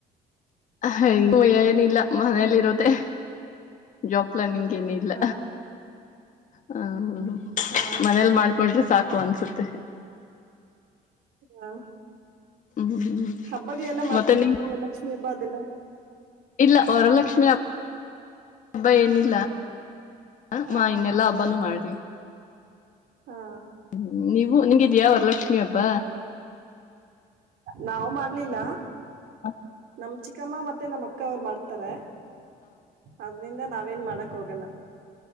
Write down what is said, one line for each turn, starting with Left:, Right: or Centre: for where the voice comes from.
Left: ಹಯ ಏನಿಲ್ಲ ಮನೇಲಿ ಇರದ ಜಾಬ್ ಅಲ್ಲ ನಿಮಗೇನ ಇಲ್ಲ
Right: ಹಾ
Left: ಹ್ಮ
Right: ಹಾ
Left: ಮನೇಲ್ ಮಾಡ್ಕೊಂಡ್ರೆ ಸಾಕು ಅನ್ಸುತ್ತೆ
Right: ಹಾ
Left: ಹ್ಮ್
Right: ಹಬ್ಬದಿಯಲ್ಲ ಮಾಡ್ತೀವ
Left: ಮತ್ತೆ ನೀವು
Right: ಅಲ್ಲಿ ವರಲಕ್ಷ್ಮಿ ಹಬ್ಬ ಅದೆಲ್ಲ
Left: ಇಲ್ಲ ವರಲಕ್ಷ್ಮಿ ಅ ಹಬ್ಬ ಏನಿಲ್ಲ ಹ
Right: ಹಾ
Left: ಮಾ ಇನ್ನೆಲ್ಲಾ ಹಬ್ಬಾನ ಮಾಡ್ತ ನಿ
Right: ಹಾ
Left: ಹ್ಮ್ ನೀವು ನಿನ್ಗಿದ್ಯಾವ ಲಕ್ಷ್ಮಿ ಹಬ್ಬ
Right: ನಾವವು ಮಾಡ್ಲಿಲ್ಲ
Left: ಹ
Right: ನ ಚಿಕ್ಕಮ್ಮ ಮತ್ತೆ ನಮ್ಮ ಅಕ್ಕ ಅವ್ರು ಮಾಡ್ತಾರೆ ಅದ್ರಿಂದ ನಾವೇನ್ ಮಾಡಕ್ ಹೋಗ್ಲಿ ಕಲ